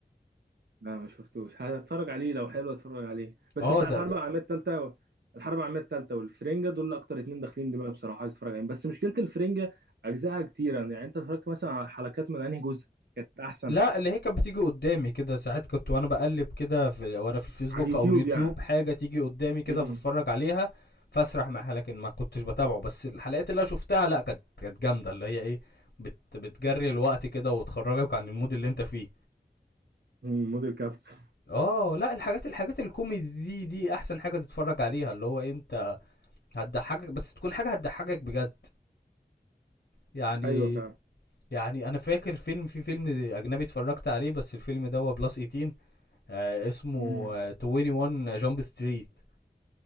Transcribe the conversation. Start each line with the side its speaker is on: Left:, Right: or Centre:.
Right: لا ما شفتوش هتفرج عليه لو حلو اتفرج عليه بس
Left: اه
Right: بتاع
Left: ده,
Right: الحرب
Left: ده
Right: العالميه الثالثه و... الحرب العالميه الثالثه والفرنجه دول اكتر اتنين داخلين دماغي بصراحه عايز اتفرج عليهم بس مشكله الفرنجه اجزائها كتيره يعني انت اتفرجت مثلا على حلقات من انهي جزء كانت احسن
Left: لا اللي هي كانت بتيجي قدامي كده ساعات كنت وانا بقلب كده في وانا في الفيسبوك
Right: على اليوتيوب
Left: او اليوتيوب
Right: يعني
Left: حاجه تيجي قدامي كده
Right: امم
Left: فاتفرج عليها فاسرح معاها لكن ما كنتش بتابعه بس الحلقات اللي انا شفتها لا كانت كانت جامده اللي هي ايه بت بتجري الوقت كده وتخرجك عن المود اللي انت فيه
Right: أمم، موديل كابت
Left: اه لا الحاجات الحاجات الكوميدي دي دي احسن حاجه تتفرج عليها اللي هو إيه انت هتضحكك بس تكون حاجه هتضحكك بجد يعني
Right: ايوه فعلا
Left: يعني انا فاكر فيلم في فيلم اجنبي اتفرجت عليه بس الفيلم ده هو بلس 18 آه اسمه
Right: امم
Left: آه 21 جامب ستريت